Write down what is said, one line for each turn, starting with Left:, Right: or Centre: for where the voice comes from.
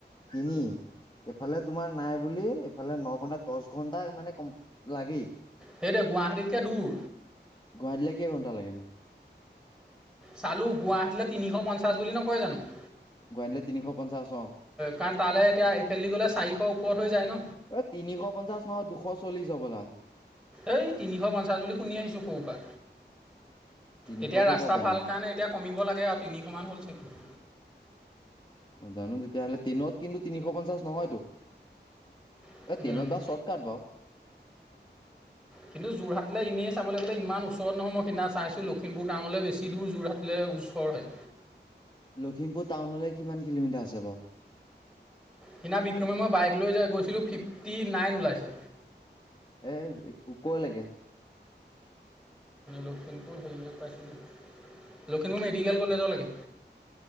Left: তিনি এইফালে তোমাৰ নাই বুলি এইফালে ন। ঘন্টা দহ ঘণ্টা মানে কম লাগেই।
Centre: সেইটোৱে গুৱাহাটীতকৈ দূৰ
Left: গুৱাহাট দিলে কেইঘন্টা লাগে নু।
Centre: চালোঁ গুৱাহাটীলৈ তিনিশ পঞ্চাছ বুলি নকয় জানো। অ
Left: গুৱাহাটীলৈ তিনিশ পঞ্চাশ অ
Centre: কাৰণ তালৈ এতিয়া ইফেলদি গ'লে চাৰিশ ওপৰত হৈ যায় ন।
Left: অ তিনিশ পঞ্চাশ নহয় দুশ চল্লিশ হবলা
Centre: এইেই তিনিশ পঞ্চাশ বুলি শুনি আহিছোঁ সৰু পৰা
Left: তিনিশ
Centre: এতিয়া
Left: পঞ্চাশ
Centre: ৰাস্তা
Left: জানো
Centre: ভাল কাৰণে এতিয়া কমিব লাগে আৰু তিনিশমান হ'ল চাগে। <inaudible>
Left: অ জানো তেতিয়াহ'লে ট্ৰিনত কিন্তু তিনিশ পঞ্চাশ নহয়তো
Centre: চাগে
Left: <unintelligible> ট্ৰেনত বাও চৰ্ত কাট বাও।
Centre: কিন্তু যোৰহাটলৈ এনেই চাবলৈ গ'লে ইমান ওচৰত নহয় ।মই সিদিনা চাইছো লখিমপুৰ টাউনলৈ বেছি দূৰ যোৰহাটলৈ <unintelligible> ওচৰ হয়।
Left: লখিমপুৰ টাউনলৈ কিমান কিলোমিটাৰ আছে বাৰ?
Centre: সিদিনা বিক্ৰমে মই বাইক লৈ যাই গৈছিলোঁ ফিফটি নাইন ওলাইছে।
Left: এ ক লেগে?
Centre: লখিমপুৰ হেৰিয়ে পাইছোঁ । লখিমপুৰ মেডিকেল কলেজ লকে